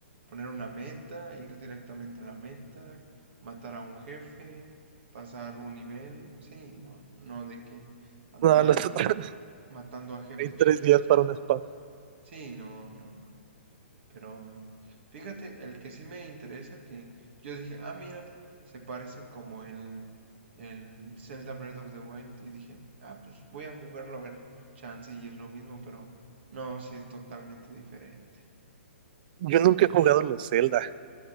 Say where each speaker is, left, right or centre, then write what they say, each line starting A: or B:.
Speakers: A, on the right; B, on the right.
A: poner una meta, ir directamente a la meta, matar a un jefe, pasar un nivel, sí, no, no de que andar
B: No, los otros <laughs>
A: matando a jefes
B: hay tres
A: chiquitos
B: días para
A: para,
B: un spa.
A: sí, no, no, no. Pero mm, fíjate, el que sí me interesa, que yo dije, ah, mira, se parece como el, el Zelda Breath of the Wild. Y dije, ah, pues voy a jugarlo a ver, chance y es lo mismo, pero no, sí es totalmente diferente.
B: Yo nunca he jugado los Zelda.